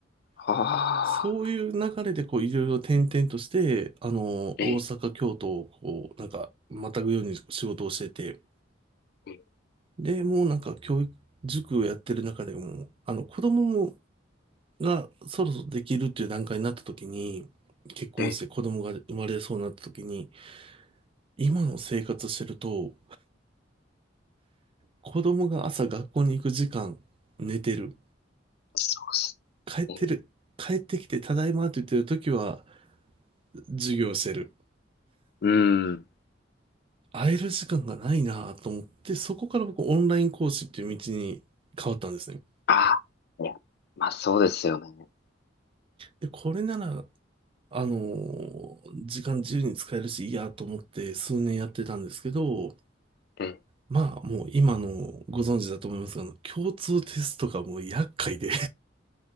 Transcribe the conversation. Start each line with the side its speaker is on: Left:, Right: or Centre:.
Left: ああ、
Right: そういう流れでこういろいろ転々として、あの、
Left: ええ、
Right: 大阪、京都をこう、なんか、またぐように仕事をしてて、
Left: ええ、
Right: で、もうなんか教育、塾をやってる中でも、あの、子供も、がそろそろできるっていう段階になった時に、結婚して子供が生まれそうになった時に、
Left: ええ
Right: 今の生活してると、子供が朝学校に行く時間、寝てる。
Left: そ
Right: 帰ってる。
Left: うっすね。
Right: 帰ってきて、ただいまって言ってる時は、授業してる。
Left: うん。
Right: 会える時間がないなと思って、そこから僕オンライン講師っていう道に変わったんですね。
Left: ああ、いや、まあそうですよね。
Right: で、これなら、あのー時間自由に使えるし、いいやと思って数年やってたんですけど、
Left: ええ、
Right: まあもう今のご存知だと思いますが、あの共通テストがもう厄介で